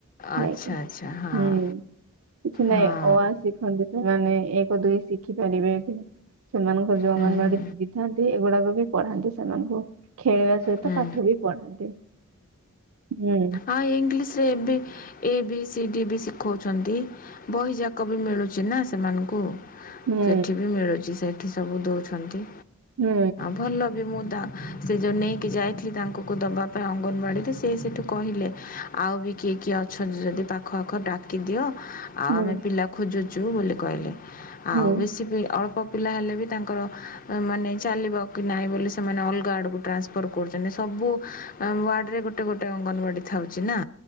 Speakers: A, on the left; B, on the right.
A: ଆଚ୍ଛା
B: ଯାଇକି ହୁଁ
A: ଆଚ୍ଛା ହଁ
B: କିଛି ନାଇଁ
A: ହଁ
B: ଅ ଆ ଶିଖି ଦେଖନ୍ତି ସେମାନେ ଏକ ଦୁଇ ଶିଖି ପାରିବେ। ସେମାନଙ୍କର ଯୋଉ
A: ହୁଁ
B: ଅଙ୍ଗନବାଡି
A: ହୁଁ।
B: ଦିଦି ଥାଆନ୍ତି ସେ ଏଗୁଡାକ ବି ପଢାନ୍ତି ସେମାନଙ୍କୁ ଖେଳେଇବା ସହିତ
A: ହୁଁ
B: ପାଠ ବି ପଢାନ୍ତି ହୁଁ।
A: ଆ ଇଂଲିଶରେ ଏ ବି ଏ ବି ସି ଡି ବି ଶିଖଉଛନ୍ତି ବହିଯା କ ବି ମିଳୁଛି ନା ସେମାନଙ୍କୁ
B: ହୁଁ
A: ସେଠି ବି ମିଳୁଛି। ସେଠି ସବୁ ଦେଉଛନ୍ତି।
B: ହୁଁ।
A: ଭଲ ବି ମୁଁ ତା ସେ ଯଉ ନେଇ କି ଯାଇଥିଲି ତାଙ୍କୁକୁ ଦେବା ପାଇଁ ଅଙ୍ଗନବାଡ଼ିରେ ସେ ସେଠୁ କହିଲେ ଆଉ ବି କିଏ କିଏ ଅ ଅଛନ୍ତି ଯଦି ପାଖ ଆଖ ଡାକି ଦିଅ ଆଉ
B: ହୁଁ
A: ଆମେ ପିଲା ଖୋଜୁଛୁ ବୋଲି କହିଲେ।
B: ହୁଁ
A: ଆଉ ବେଶୀ ବି ଅଳପ ପ ପିଲା ହେଲେ ବି ତାଙ୍କର ମାନେ ଚାଲିବା କି ନାହିଁ ବୋଲି ସେମାନେ ଅଲଗା ଆଡ଼କୁ ଟ୍ରାନ୍ସପ ପର କରୁଛନ୍ତି। ସବୁ ୱାର୍ଡରେ ଗୋଟେ ଗୋଟେ ଗୋଟେ ଅଙ୍ଗନବାଡ଼ି ଥାଉଛି ନା